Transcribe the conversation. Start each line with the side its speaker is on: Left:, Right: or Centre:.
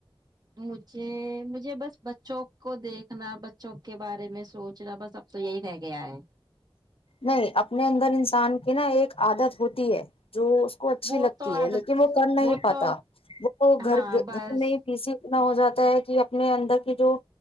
Right: مجھے مجھے بس بچوں کو دیکھنا بچوں کے بارے میں سوچنا بس اب تو یہی رہ گیا ہے۔
Left: نہیں اپنے اندر انسان کی نا ایک‌۔ عادت ہوتی ہے۔ جو اس کو اچھی
Right: وہ
Left: لگتی
Right: تو عادت
Left: ہے لیکن وہ کر نہیں پاتا
Right: تو
Left: وہ گھر
Right: ہاں
Left: گھر
Right: بس
Left: نہیں پیسی۔ اتنا ہو جاتا ہے کہ اپنے اندر کی جو